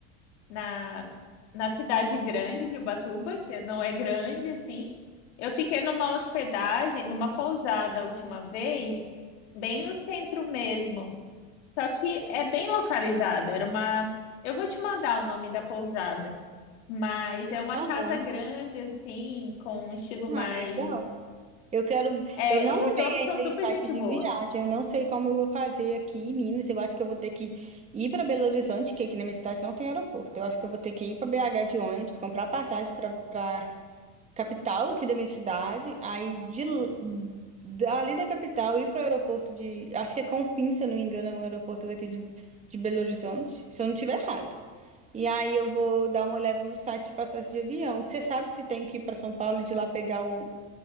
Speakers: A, on the left; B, on the right.
A: na, na cidade grande de Ubatuba, que não é grande assim. Eu fiquei numa hospedagem, numa pousada a última vez, bem no centro mesmo. Só que é bem localizada, era uma. Eu vou te mandar o nome da pousada, mas é uma
B: Aham.
A: casa grande, assim, com um estilo
B: Ah,
A: mais.
B: legal. Eu quero.
A: É,
B: Eu não
A: e
B: olhei
A: os homens
B: ainda
A: são super
B: em site
A: gente
B: de
A: boa.
B: viagem. Eu não sei como eu vou fazer aqui em Minas. Eu acho que eu vou ter que ir para Belo Horizonte, que aqui na minha cidade não tem aeroporto. Eu acho que eu vou ter que ir para BH de ônibus, comprar passagem para para capital aqui da minha cidade. Aí de l- dali da capital ir para o aeroporto de. Acho que é Confins, se eu não me engano, é um aeroporto daqui de, de Belo Horizonte. Se eu não estiver errado. E aí eu vou dar uma olhada no site de passagem de avião. Você sabe se tem que ir para São Paulo e de lá pegar um